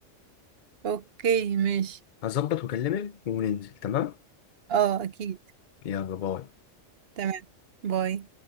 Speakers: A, on the right; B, on the left.
A: أوكي ماشي
B: هظبط وأكلمك وننزل تمام
A: اه أكيد
B: يلا باي
A: تمام باي